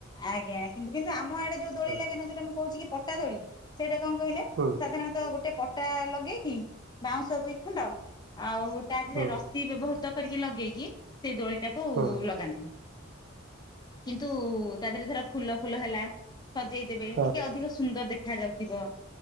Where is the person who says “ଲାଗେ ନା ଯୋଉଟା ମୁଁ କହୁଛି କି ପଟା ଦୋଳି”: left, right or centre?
Left